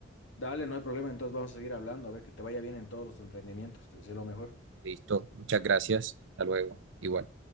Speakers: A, on the left; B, on the right.
A: dale, no hay problema. Entonces vamos a seguir hablando, a ver que te vaya bien en todos los emprendimientos. Te deseo lo mejor.
B: Listo, muchas gracias. Hasta luego. Igual.